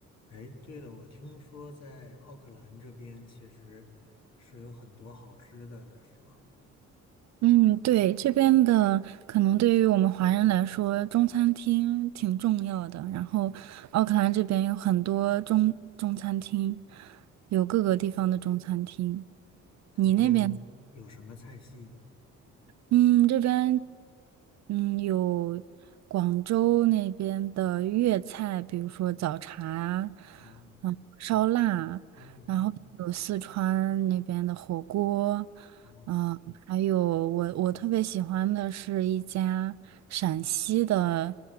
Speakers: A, on the left; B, on the right.
A: 哎，对了，我听说在奥克兰这边其实是有很多好吃的的，是吗？
B: 嗯，对，这边的可能对于我们华人来说，中餐厅挺重要的。然后，奥克兰这边有很多中中餐厅，有各个地方的中餐厅。
A: 它都有什么菜系呢？
B: 你那边？嗯，这边嗯有广州那边的粤菜，比如说早茶，
A: 嗯
B: 嗯，烧腊，
A: 嗯，
B: 然后有四川那边的火锅，
A: 哦，
B: 嗯，还有我我特别喜欢的是一家陕西的，